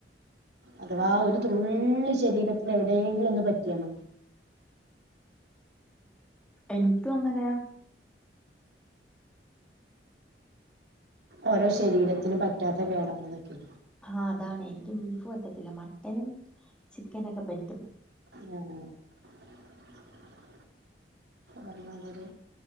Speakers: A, on the right (about 70°); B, in the centre.
A: അഥവാ ഒരു തുള്ളി ശരീരത്തിൽ എവിടെയെങ്കിലും ഒന്ന് പറ്റിയാൽ മതി
B: എനിക്കും അങ്ങനെയ
A: ഓരോ ശരീരത്തിന് പറ്റാത്ത കേടാണ് അതൊക്കെ
B: ആ അതാണ് എനിക്കും ബീഫ് പറ്റത്തില്ല മട്ടനും ചിക്കനൊക്കെ പറ്റും
A: ആ പറഞ്ഞതല്